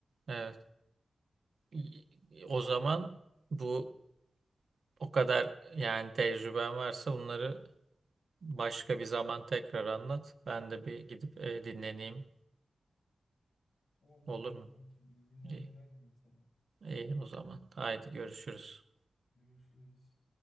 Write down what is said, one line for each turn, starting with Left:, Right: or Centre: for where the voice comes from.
Right: Evet. Y- O zaman bu o kadar yani tecrüben varsa bunları Başka bir zaman tekrar anlat. Ben de bir gidip e, dinleneyim.
Left: Tamam bir
Right: Olur
Left: dinlen
Right: mu?
Left: bakayım. İyi dinlenmeler
Right: İyi,
Left: diyeyim sana.
Right: iyi o zaman. Haydi görüşürüz.
Left: Hadi görüşürüz.